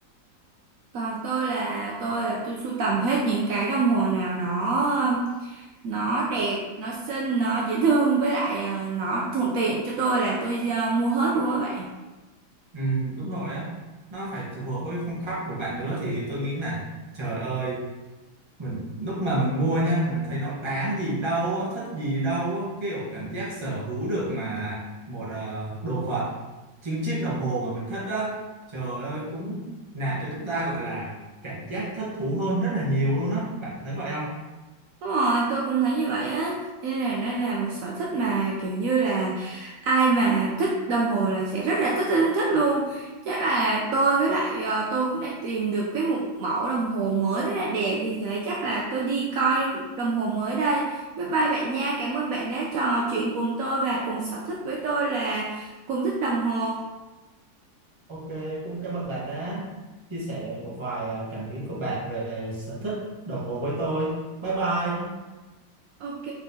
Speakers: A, on the right; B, on the right.
A: còn tôi là tôi là tôi sưu tầm hết những cái đồng hồ nào nó à, nó đẹp nó xinh nó dễ thương với lại à, nó thuận tiện cho tôi là tôi à, mua hết luôn á bạn
B: ừ, đúng rồi á nó phải phù hợp với phong cách của bạn nữa thì tôi nghĩ là trời ơi mình lúc mà mình mua nha mình thấy nó đáng gì đâu á, thích gì đâu á, kiểu cảm giác sở hữu được mà một ờ, đồ vật chính chiếc đồng hồ mà mình thích á trời ơi cũng làm cho chúng ta gọi là cảm giác thích thú hơn rất là nhiều luôn á bạn có thấy vậy không
A: Đúng rồi, tôi cũng thấy như vậy á. Thế là đây là một sở thích mà kiểu như là ai mà thích đồng hồ là sẽ rất là thích thích, thích luôn. Chắc là tôi với lại ờ, tôi cũng đã tìm được cái một mẫu đồng hồ mới rất là đẹp. Vì thế chắc là tôi đi coi đồng hồ mới đây. Bye bye bạn nha. Cảm ơn bạn đã trò chuyện cùng tôi và cùng sở thích với tôi là cùng thích đồng hồ.
B: Ok, cũng cảm ơn bạn đã chia sẻ một vài à, cảm nghĩ của bạn về sở thích đồng hồ với tôi. Bye bye.
A: Ok.